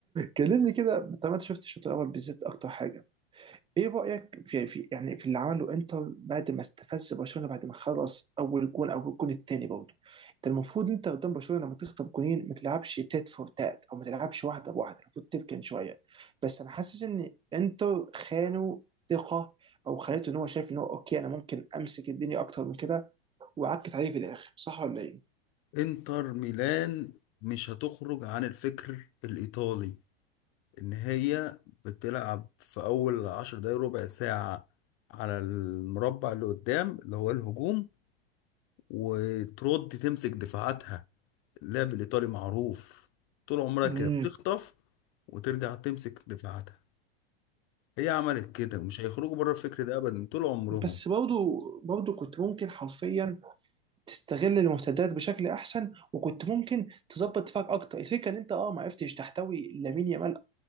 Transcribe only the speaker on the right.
كلمني كده طب انت شفت الشوط الاول بالذات اكتر حاجه ايه رأيك في في يعني في اللي عمله انتر بعد ما استفز برشلونة بعد ما خلص اول جون او الجون الثاني برضه انت المفروض انت قدام برشلونة لما تخطف جونين ما تلعبش تات فور تات او ما تلعبش واحدة بواحدة المفروض تركن شوية بس انا حاسس ان انتر خانوا ثقة او خليته ان هو شايف ان هو اوكي انا ممكن امسك الدنيا اكتر من كده وعكت عليه في الاخر صح ولا ايه؟
امم
بس برضه برضه كنت ممكن حرفيا تستغل المرتدات بشكل احسن وكنت ممكن تظبط دفاعك اكتر الفكره ان انت اه ما عرفتش تحتوي لامين يامال